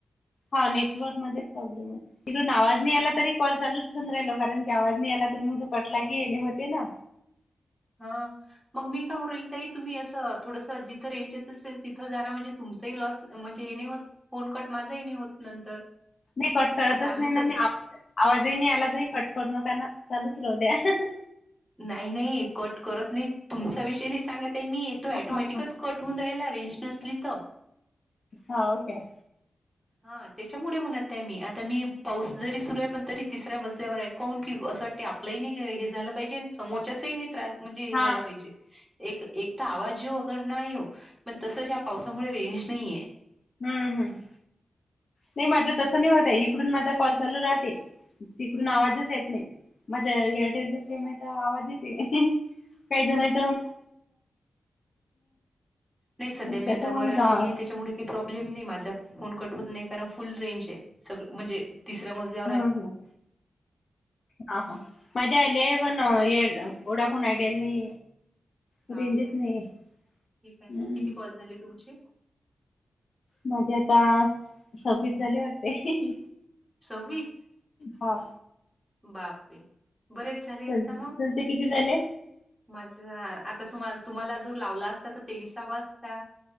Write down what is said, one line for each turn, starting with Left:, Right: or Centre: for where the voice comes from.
Left: हा नेटवर्क मध्येच प्रॉब्लेम आहे. तिकडून आवाज नाही आला तरी, कॉल चालूच ठेवून राहिलो कारण हे आवाज नई आला तर, मग तो पटला की येणे होते ना.
Centre: हा मग मी का <unintelligible> ताई तुम्ही असं थोडसं जिथं रेंज येत असेल, तिथं जाण म्हणजे तुमचंही लॉस म्हणजे हे नाही होत फोनकट माझा ही नाही होत नंतर.
Left: नाही कट करतच
Centre: आता आम्ही
Left: नाही ना
Centre: सध्या
Left: मी. आवाजही नाही आला तरी कट कट नका ना चालूच राहू द्या.
Centre: नाही नाही कट करत नाहीत. तुमचा विषय नाही सांगत आहे मी, तो ऑटोमॅटिकच
Left: हा
Centre: कट तून रायला रेंज नसली तर.
Left: हौव काय.
Centre: हा तेच्यामुळे म्हणत आहे मी, आता मी पाऊस जरी सुरू आहे पण तरी तिसऱ्या मजल्यावर आहे. कून की असं वाटते आपलंही नाही हे झालं पाहिजे, आणि समोरच्याच नाही त्रास म्हणजे हे
Left: हा
Centre: झाला पाहिजे. एक एक तर आवाज येेव अगर नाही, येऊ पण तसच या पावसामुळे रेंज नाहीये.
Left: हम्म हम्म. नाही माझं तसं नाही ताई, इकडून माझा कॉल चालू राहते तिकडून आवाजच येत नाही. माझ्या एअरटेलचा सेम आहे तर, आवाज येते काही जणाचे.
Centre: नाही सध्या
Left: मग
Centre: मी
Left: कसं
Centre: आता वर,
Left: मग
Centre: आलेली
Left: हा
Centre: आहे तेच्यामुळे. काही प्रॉब्लेम नाही माझा, फोन कट होत नाही. कारण फुल रेंज आहे. सगळं म्हणजे तिसरं मजल्या
Left: हम् हम. हा हा. मजा आली पण ये, ओडा फोन आयडल नाही. रेंजच
Centre: हाव काय
Left: नाहीये.
Centre: ठीक आहे
Left: हम्म.
Centre: ना किती कॉल झाले तुमचे?
Left: माझे आता सव्वीस झाले वाटते.
Centre: सव्वीस
Left: हा.
Centre: बापरे बरेच झाले, आहेत
Left: तुमचे
Centre: का मग.
Left: किती झाले
Centre: माझा आता <unintelligible> तुम्हाला जर लावला असता, तर तेवीसावा असता.